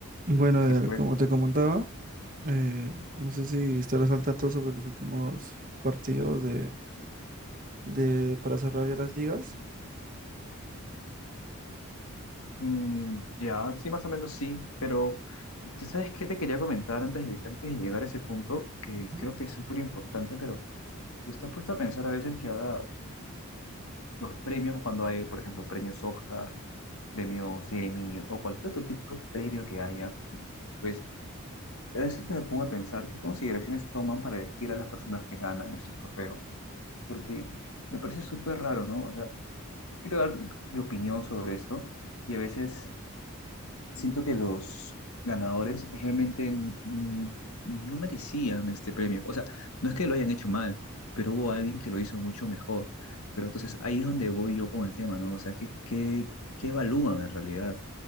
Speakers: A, on the right; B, on the left.
A: Bueno, Eder,
B: Sí, pues,
A: como te comentaba, eh, no sé si estarás al tanto sobre los últimos partidos de, de para cerrar ya las ligas.
B: mm, ya, sí, más o menos sí, pero ¿tú ¿sabes qué te quería comentar antes de, antes de llegar a ese punto? Que
A: Ujú.
B: creo que es súper importante, pero ¿estás puesto a pensar a veces que ahora los premios, cuando hay, por ejemplo, premios Oscar, premios Emmy o cualquier otro tipo de premio que haya, pues a veces yo me pongo a pensar qué consideraciones toman para elegir a las personas que ganan estos trofeos, porque me parece súper raro, ¿no? O sea, quiero dar mi opinión sobre esto y a veces Siento que los ganadores realmente mm, no merecían este premio. O sea, no es que lo hayan hecho mal, pero hubo alguien que lo hizo mucho mejor. Pero entonces ahí es donde voy yo con el tema, ¿no? O sea, ¿qué, qué, qué evalúan en realidad?